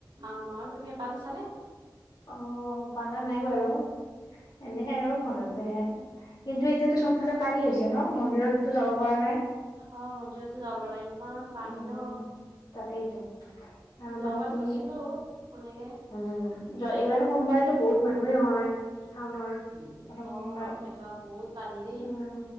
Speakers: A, on the right; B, on the left.
A: শাওন মাহৰ তুমি পালিছা নে?
B: অ', পালা নাই বাৰু। এনেকে আৰু ঘৰতে কিন্তু এতিয়াতো চবফালে পানী হৈছে ন মন্দিৰতো যাব পৰা নাই।
A: আহ, মন্দিৰো যাব পাৰা ইমান পানী
B: উম
A: ন।
B: তাকেইতো আৰু
A: যোৱাবাৰ
B: মানে কি
A: গৈছিলো সেনেকে।
B: উম এইবাৰ
A: অ',
B: সোমবাৰেতো বহুত মানুহে হয় শাওনৰ প্ৰথম সোমবাৰ
A: বাপৰে বাপ বহুত পানিৰে।
B: উম